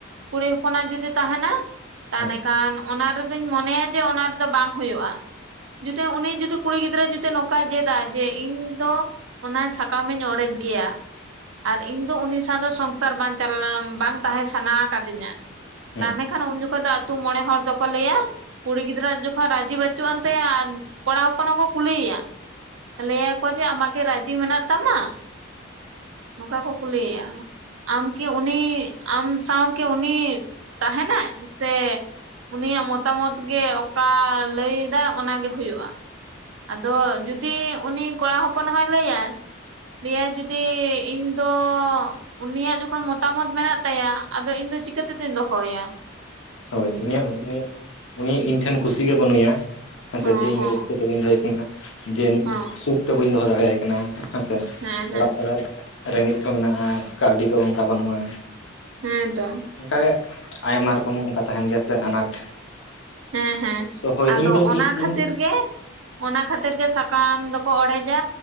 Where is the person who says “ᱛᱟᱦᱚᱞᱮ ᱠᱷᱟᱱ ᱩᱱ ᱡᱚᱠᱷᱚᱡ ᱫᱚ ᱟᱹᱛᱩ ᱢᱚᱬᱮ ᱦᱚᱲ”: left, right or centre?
Right